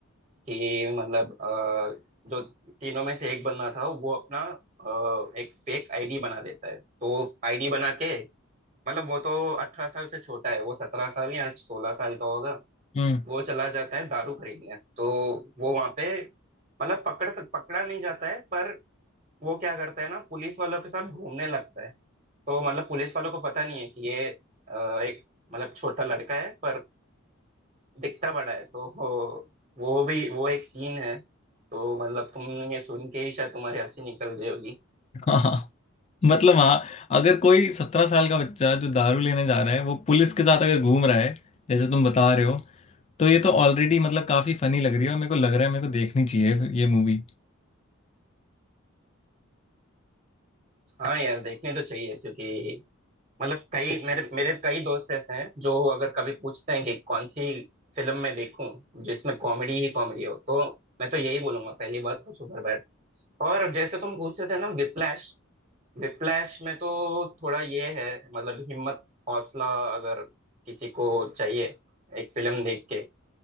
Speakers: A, on the right; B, on the left.
A: कि मतलब अ, जो तीनों में से एक बंदा था वो अपना अ, एक फेक आईडी बना देता है तो आईडी बना के मतलब वो तो अठारह साल से छोटा है वो सत्रह साल या सोलह साल का होगा
B: हम्म
A: वो चला जाता है दारू खरीदने तो वो वहां पे मतलब पकड़ पकड़ा नहीं जाता है पर वो क्या करता है ना पुलिस वालों के साथ घूमने लगता है तो मतलब पुलिस वालों को पता नहीं है कि ये अ, एक मतलब छोटा लड़का है पर दिखता बड़ा है तो वो वो भी वो एक सीन है तो मतलब तुमने ये सुन के ही शायद तुम्हारी हंसी निकल रही होगी
B: <laughs> हाँ मतलब हाँ अगर कोई सत्रह साल का बच्चा जो दारू लेने जा रहा है वो पुलिस के साथ अगर घूम रहा है जैसे तुम बता रहे हो तो ये तो ऑलरेडी मतलब काफी फनी लग रही है और मेरे को लग रहा है मेरे को देखनी चाहिए ये मूवी
A: हाँ यार देखने तो चाहिए क्योंकि मतलब कई मेरे मेरे कई दोस्त ऐसे हैं जो अगर कभी पूछते हैं कि कौन सी फिल्म मैं देखूं जिसमें कॉमेडी ही कॉमेडी हो तो मैं तो यही बोलूंगा पहली बात तो सुपर बैड और जैसे तुम पूछ रहे थे ना विप्लैश विप्लैश में तो थोड़ा ये है मतलब हिम्मत हौसला अगर किसी को चाहिए एक फिल्म देख के